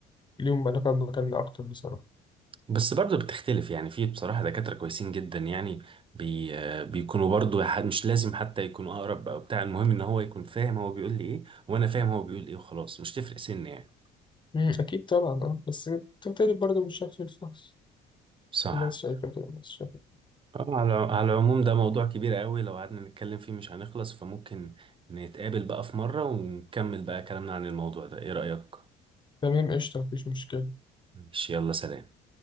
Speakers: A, on the left; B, on the right.
A: وليهم علاقة بمكاننا أكتر بصراحة
B: بس برضه بتختلف يعني في بصراحة دكاترة كويسين جدا يعني بي آه، بيكونوا برضه ح- مش لازم حتى يكونوا أقرب أو بتاع المهم إن هو يكون فاهم هو بيقول لي إيه وأنا فاهم هو بيقول إيه وخلاص مش تفرق سن يعني
A: مم، أكيد طبعا أه بس بتختلف برضه من شخص لشخص
B: صح
A: في ناس شايفة كده وناس شايفة كده.
B: آه، على على العموم ده موضوع كبير قوي لو قعدنا نتكلم فيه مش هنخلص فممكن نتقابل بقى في مرة ونكمل بقى كلامنا عن الموضوع ده إيه رأيك؟
A: تمام قشطة مفيش مشكلة
B: ماشي يلا سلام